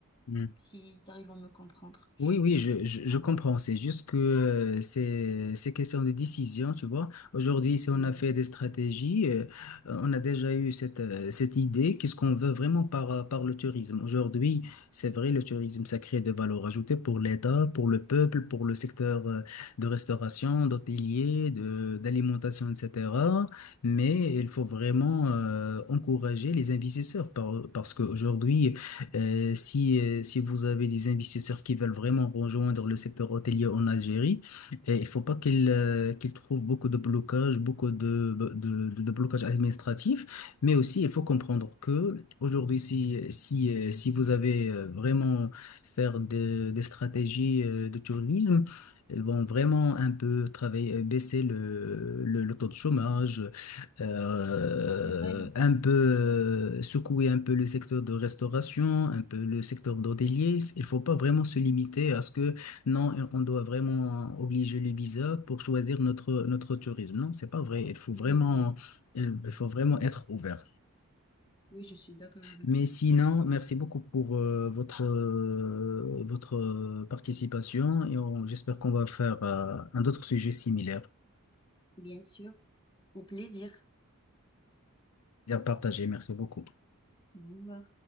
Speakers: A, on the left; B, on the left.
A: mm.
B: si tu arrives à me comprendre.
A: Oui, oui, je, je, je comprends. C'est juste que euh, c'est c'est question de décision, tu vois. Aujourd'hui, si on
B: Oui,
A: a fait des stratégies, euh, euh, on a déjà eu cette, euh, cette idée, qu'est-ce qu'on veut vraiment par, euh, par le tourisme. Aujourd'hui, c'est vrai, le tourisme, ça crée de valeur ajoutée pour l'État, pour le peuple, pour le secteur euh, de restauration, d'hôtelier, de, d'alimentation, etc. Mais
B: oui,
A: il faut vraiment euh, encourager les investisseurs par- parce qu'aujourd'hui, euh, si, euh, si vous avez des investisseurs qui veulent vraiment rejoindre le secteur hôtelier en Algérie, euh, il faut pas qu'ils euh, qu'ils trouvent beaucoup de blocages, beaucoup de, de, de, de blocages administratifs, mais aussi il faut comprendre que aujourd'hui, si, si, euh, si vous avez euh, vraiment faire de- des stratégies euh, de tourisme, elles vont vraiment un peu travailler, euh, baisser le, le, le taux de chômage, euh,
B: c'est vrai. hein.
A: un peu euh, secouer un peu le secteur de restauration, un peu le secteur d'hôtelier. Il faut pas vraiment se limiter à ce que non, on doit vraiment obliger le visa pour choisir notre notre tourisme. Non, c'est pas vrai. Il faut vraiment
B: Oui, oui, oui.
A: il il faut vraiment être ouvert.
B: Oui, je suis d'accord avec
A: Mais
B: toi.
A: sinon, merci beaucoup pour euh, votre euh, votre euh, participation et on- j'espère qu'on va faire euh, un autre sujet similaire.
B: Bien sûr. Au plaisir.
A: Plaisir partagé. Merci beaucoup.
B: Au revoir.